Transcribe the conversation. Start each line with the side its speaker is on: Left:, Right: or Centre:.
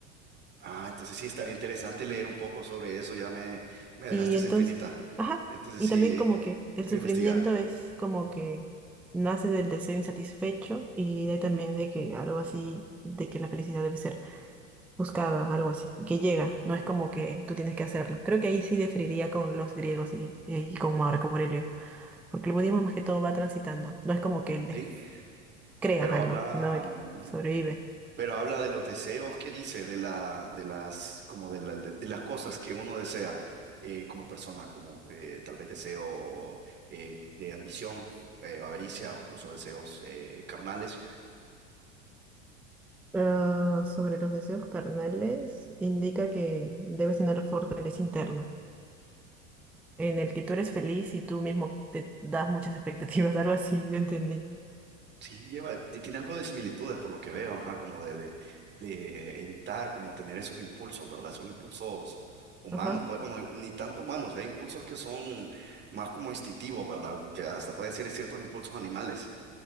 Right: Ah, entonces sí, estaría interesante leer un poco sobre eso. Ya me, me
Centre: Y
Right: dejaste
Centre: entonces,
Right: esa espinita.
Centre: ajá,
Right: Entonces
Centre: y
Right: sí,
Centre: también como que el
Right: voy
Centre: sufrimiento
Right: a investigar.
Centre: es como que nace del deseo insatisfecho y de ahí también de que algo así, de que la felicidad debe ser buscada, algo así, que llega, no es como que tú tienes que hacerlo. Creo que ahí sí diferiría con los griegos y, y con Marco Aurelio, porque el budismo más que todo va transitando, no es como que él des-
Right: Sí,
Centre: creas
Right: pero
Centre: algo,
Right: habla,
Centre: sino él
Right: mm, ujú.
Centre: sobrevive.
Right: Pero habla de los deseos que dice, de la, de las, como de, la- de, de las cosas que uno desea eh, como persona, como eh, tal vez deseo eh, de ambición, eh, avaricia o incluso deseos eh, carnales.
Centre: Ah, sobre los deseos carnales, indica que debes tener fortaleza interna en el que tú eres feliz y tú mismo te das muchas expectativas, <laughs> algo así, yo entendí.
Right: Sí, lleva, ti- tiene algo de similitudes por lo que veo, ajá, como de, de, de evitar, como tener esos impulsos, ¿verdad? Esos impulsos humanos,
Centre: Ajá,
Right: pues, o no, ni tanto humanos, hay impulsos que son más como instintivos, ¿verdad? Que hasta pueden ser ciertos impulsos animales.